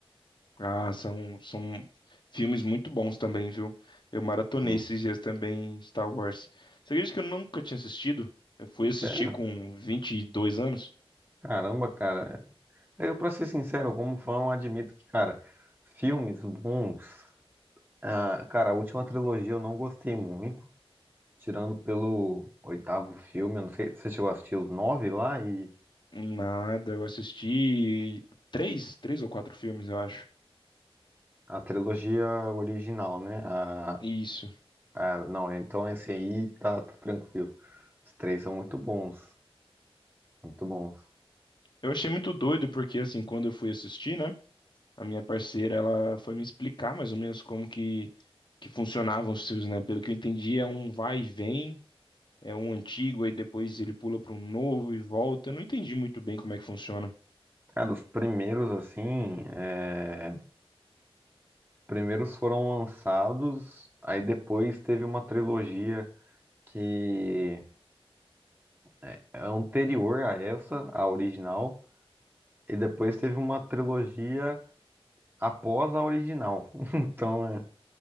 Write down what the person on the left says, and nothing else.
Ah, são, são filmes muito bons também, viu? Eu maratonei
esses dias também Star Wars. Você acredita que eu nunca tinha assistido? Eu fui assistir
com 22 anos?
Nada, eu assisti três, três ou quatro filmes, eu acho.
Isso.
Eu achei muito doido porque, assim, quando eu fui assistir, né? A minha parceira, ela foi me explicar mais ou menos como que, que funcionavam os filmes, né? Pelo que eu entendi, é um vai e vem é um antigo, aí depois ele pula para um novo e volta. Eu não entendi muito bem como é que funciona.